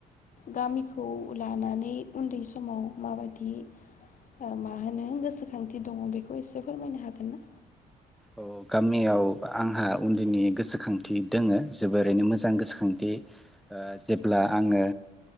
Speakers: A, on the left; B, in the centre.
A: गामिखौ लानानै उन्दै समाव माबायदि ओ मा होनो गोसोखांथि दङ बेखौ एसे फोरमायनो हागोन ना?
B: औ गामियाव आंहा उन्दैनि गोसोखांथि दोङो जोबोरैनो मोजां गोसोखांथि ओ जेब्ला आङो